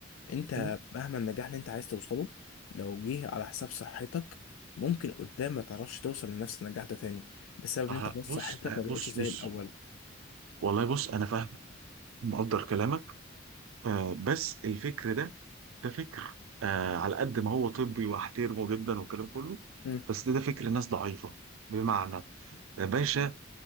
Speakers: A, on the left; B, on the right.
A: انت
B: مم.
A: مهما النجاح اللي انت عايز توصله لو جه على حساب صحتك ممكن قدام ما تعرفش توصل لنفس النجاح ده تاني بسبب
B: آه
A: ان انت خلاص
B: بص
A: صحتك
B: آه
A: ما بقتش
B: بص
A: زي
B: بص
A: الاول
B: والله بص انا فاهم مقدر كلامك آه بس الفكر ده ده فكر آه على قد ما هو طبي واحترمه جدا والكلام كله
A: امم
B: بس ده, ده فكر ناس ضعيفة بمعنى يا باشا